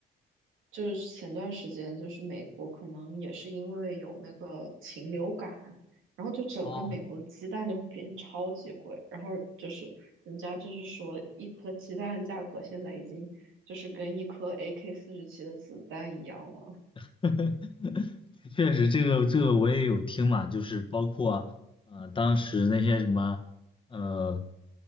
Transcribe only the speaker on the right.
就是前段时间，就是美国可能也是因为有那个禽流感，然后就整个美国的鸡蛋就会变得超级贵，
然后就是人家就是说一颗鸡蛋价格现在已经就是跟一颗 AK 四十七的子弹一样了。